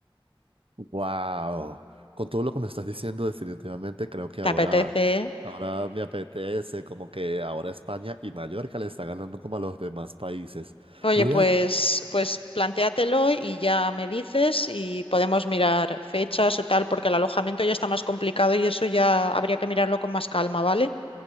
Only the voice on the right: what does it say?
Wow, con todo lo que me estás diciendo, definitivamente creo que
ahora,
ahora me apetece, como que ahora España y Mallorca le está ganando como a los demás países.
Voy
a,